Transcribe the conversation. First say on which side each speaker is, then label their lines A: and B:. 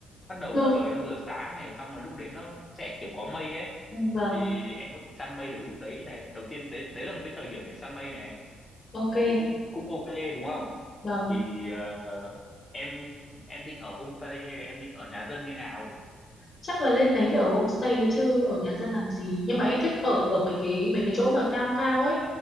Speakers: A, on the left; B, on the left.
A: bắt đầu
B: vâng
A: trời nó vừa sáng này xong rồi lúc đấy nó sẽ kiểu có mây ấy
B: Ừ, vâng
A: thì em có thể săn mây được lúc đấy này đầu tiên đấy đấy là một cái thời điểm để săn mây này
B: ok
A: thì cũng cũng ok đúng không
B: vâng
A: thì ờ, em em định ở homestay hay là em định ở nhà dân như nào
B: chắc là lên đấy thì ở homestay thôi chứ ở nhà dân làm gì nhưng
A: cứ
B: mà em thích ở ở mấy cái mấy cái chỗ mà cao cao ấy